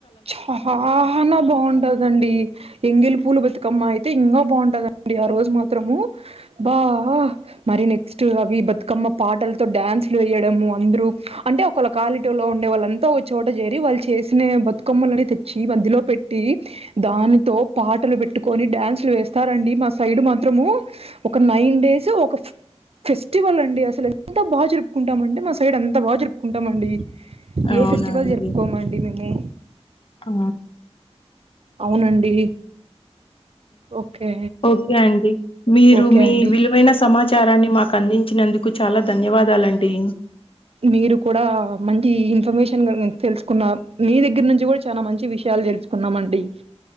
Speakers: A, on the right (about 65°); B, on the left (about 55°).
A: చా హ హ నా బాగుంటదండి ఎంగిలి పూల బతుకమ్మ అయితే. ఇంగ బాగుంటదండి ఆ రోజు మాత్రమూ బా అ ఆ మరి నెక్స్ట్ అవి బతుకమ్మ. పాటలతో డాన్స్లు వేయడము అందురు అంటే ఒకళ క్వాలిటీలో ఉండే వాళ్ళంతా ఒక చోట జెరి వాళ్ళు చే. ఎస్నే బత్. కొమ్మాలని తెచ్చి మధ్యలో పెట్టి దానితో పాటలు పెట్టుకొని డ్యాన్సులు వేస్తారండి మ. మ సైడ్ మాత్రమూ ఒక నైన్ డేసు ఒక. ఫెస్టివల్ అండి అసలు ఎంత బాగా జరుపుకుంటాం అండి మా సైడ్ అంత బాగ జరుపు. కుంటమంది,
B: అవునా
A: ఏ ఫెస్టివల్,
B: అండి
A: జరుపుకోమండి, మేము.
B: ఆ.
A: అవునండి. ఓకే.
B: ఓకే అండి, మీరు,
A: ఓకే
B: మీ
A: అండి.
B: విలువైన, సమ. చారాన్ని, మాకు, అందించినందుకు, చాలా, ధన్యవాదాలండి.
A: మీరు కూడా, మంచి, ఇన్ఫర్మేషన్, ల్ తెలుసుకున్న, మీ దగ్గర, నుంచి, గుడా, చాలా, మంచి విష. యాలు తెలుసుుకున్నామండి,